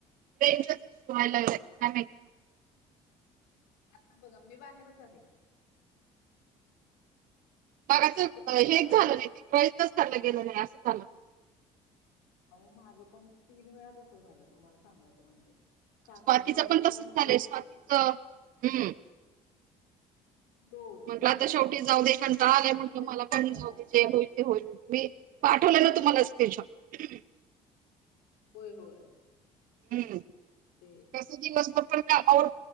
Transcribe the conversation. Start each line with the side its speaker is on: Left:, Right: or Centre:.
Right: रेंजच व्हाय लागलय, काय माहीत?
Left: आता बघा मी बाहेरच आहे.
Right: मगासचं
Left: येतोय
Right: अ
Left: का
Right: हेच
Left: आवाज?
Right: झालं नाये ते व्हाइसच <unintelligible> गेलं नाही असं झालं.
Left: अहो माझं पण तीन वेळा तसं झालं तुम्हाला सांगायचं म्हणजे काकींबरोबर
Right: स्वातीचं पण तसच झालंय
Left: एक
Right: स्वातीचं हम्म.
Left: हो म्हणजे
Right: म्हटलं
Left: दहा
Right: आता शेवटी
Left: मिनिटं
Right: जाऊदे
Left: झाली
Right: कंटाळा
Left: ना
Right: आलायं
Left: की
Right: म्हटलं
Left: लगेच
Right: मला
Left: कट
Right: पण
Left: करा.
Right: जाऊदे जे होईल ते होईल मी पाठवलेला तुम्हाला स्कीन शॉट
Left: बोय होय.
Right: हम्म
Left: ते
Right: तसं दिवसभर पण कामावर